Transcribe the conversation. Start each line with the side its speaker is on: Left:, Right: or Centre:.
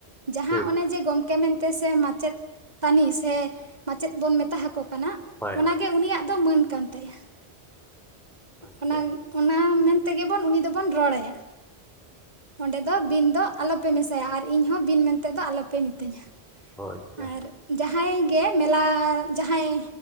Right: ᱡᱟᱦᱟᱸ
Centre: ᱴᱷᱤᱠ
Right: ᱚᱱᱮ ᱡᱮ ᱜᱚᱢᱠᱮ ᱢᱮᱱᱛᱮ ᱥᱮ ᱢᱟᱪᱮᱛ ᱛᱟᱱᱤ ᱥᱮ ᱢᱟᱪᱮᱛ ᱵᱚᱱ ᱢᱮᱛᱟ ᱦᱟᱠᱚ ᱠᱟᱱᱟ
Centre: ᱦᱳᱭ
Right: ᱚᱱᱟ ᱜᱮ ᱩᱱᱤᱭᱟᱜ ᱫᱚ ᱢᱟᱹᱱ ᱠᱟᱱ ᱛᱟᱭᱟ
Centre: ᱟᱪᱪᱷᱟ
Right: ᱚᱱᱟ ᱚᱱᱟ ᱢᱮᱱ ᱛᱮᱜᱮ ᱵᱚᱱ ᱩᱱᱤ ᱫᱚᱵᱚᱱ ᱵᱚᱱ ᱨᱚᱲ ᱮᱭᱟ ᱚᱸᱰᱮ ᱫᱚ ᱵᱤᱱ ᱫᱚ ᱟᱞᱚᱯᱮ ᱢᱮᱥᱟᱭᱟ ᱟᱨ ᱤᱧᱦᱚᱸ ᱵᱤᱱ ᱢᱮᱱᱛᱮᱫ ᱫᱚ ᱟᱞᱚᱯᱮ ᱢᱤᱛᱟᱹᱧᱟ
Centre: ᱚ ᱟᱪᱷᱟ
Right: ᱟᱨ ᱡᱟᱦᱟᱸᱭ ᱜᱮ ᱢᱮᱞᱟ ᱡᱟᱦᱟᱸᱭ